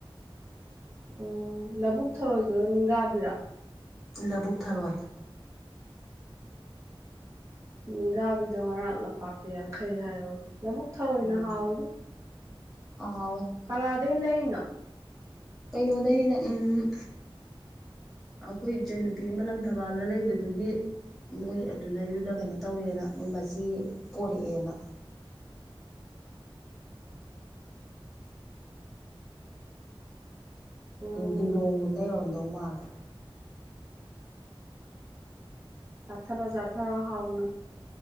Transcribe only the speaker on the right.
ꯑꯣ ꯂꯥꯕꯨꯛ ꯊꯔꯣꯏꯗꯨꯔꯣ ꯅꯤꯡꯒꯥꯕꯤꯔꯣ
ꯅꯤꯡꯒꯥꯕꯤꯗꯣ ꯉꯔꯥꯡ ꯂꯝꯄꯥꯛꯇꯥ ꯌꯥꯡꯈꯩ ꯍꯥꯏꯍꯧꯋꯦ ꯂꯥꯕꯨꯛ ꯊꯔꯣꯏꯅ
ꯍꯥꯎꯋꯤꯗ
ꯀꯅꯥꯗꯩ ꯂꯩꯅꯣ
ꯎꯝ
ꯆꯥꯊꯔꯣ ꯆꯥꯊꯔꯣ ꯍꯥꯎꯅ